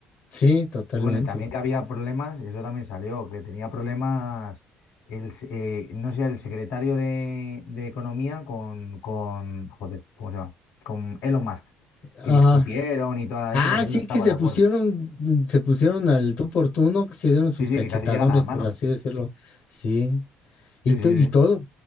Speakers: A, on the left (about 45°); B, on the left (about 75°).
A: Sí, totalmente.
B: Y bueno, y también que había problemas, eso también salió, que tenía problemas, el, s- eh, no sé, el secretario de, de Economía con, con, joder, ¿cómo se llama? Con Elon Musk,
A: Ajá.
B: que discutieron y toda la leche
A: Ah,
B: porque él
A: sí,
B: no estaba
A: que se
B: de acuerdo.
A: pusieron, mm, se pusieron al tú por tú, ¿no? Que se dieron
B: Sí,
A: sus
B: sí,
A: cachetadones,
B: que casi llegan a las manos.
A: por así decirlo. Sí. Y,
B: Sí,
A: to-
B: sí,
A: y
B: sí.
A: todo,